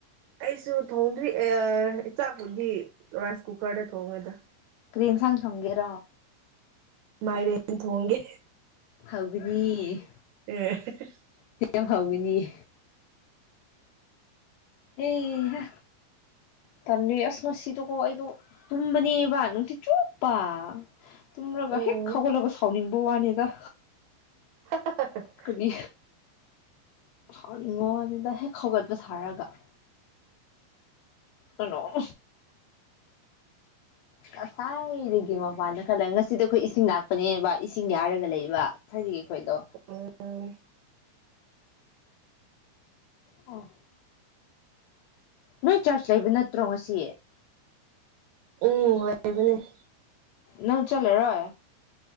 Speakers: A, on the right; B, on the left.
A: ꯑꯩꯁꯨ ꯊꯣꯡꯗ꯭ꯔꯤ ꯏꯥꯛꯄꯨꯗꯤ ꯔꯥꯏꯁ ꯀꯨꯀꯔꯗ ꯊꯣꯡꯉꯦꯗ
B: ꯀꯔꯤ ꯌꯦꯟꯁꯥꯡ ꯊꯣꯡꯒꯦꯔꯣ
A: ꯃꯥꯏꯔꯦꯟ ꯊꯣꯡꯒꯦ
B: ꯍꯥꯎꯒꯅꯤ
A: ꯑꯦ
B: ꯁꯤ ꯌꯥꯝ ꯍꯥꯎꯒꯅꯤꯌꯦ ꯑꯦꯍ ꯇ ꯑꯁꯃ ꯁꯤꯗꯨꯀ ꯑꯩꯗ ꯇꯨꯝꯕꯅꯦꯕꯅꯗꯤ ꯆꯨꯞꯞꯄ ꯇꯨꯝꯔꯒ
A: ꯎꯝ
B: ꯍꯦꯛ ꯈꯥꯎꯒꯠꯂꯒ ꯁꯥꯎꯅꯤꯡꯕ ꯋꯥꯅꯤꯗ
A: <unintelligible>
B: ꯀꯔꯤ ꯍꯥꯎꯅꯤꯡꯉꯣꯅꯤꯗ ꯍꯦꯛ ꯍꯧꯥꯎꯒꯠꯄ ꯁꯥꯔꯒ ꯅꯣ
A: <unintelligible>
B: ꯉꯁꯥꯏꯗꯒꯤ ꯃꯄꯥꯟꯗ ꯈꯜꯂꯒꯦ ꯉꯁꯤꯗꯤ ꯑꯩꯈꯣꯏ ꯏꯁꯤꯡ ꯂꯥꯛꯄꯅꯦꯕ ꯏꯁꯤꯡ ꯌꯥꯔꯒ ꯂꯩꯕ ꯉꯁꯥꯏꯗꯒꯤ ꯑꯩꯈꯣꯏꯗꯣ
A: ꯎꯝ
B: ꯑꯥ ꯅꯣꯏ ꯆꯥꯔꯆ ꯂꯩꯕ ꯅꯠꯇ꯭ꯔꯣ ꯉꯁꯤ
A: ꯎꯝ ꯂꯩꯕꯅꯦ
B: ꯅꯪ ꯆꯜꯂꯦꯔꯣ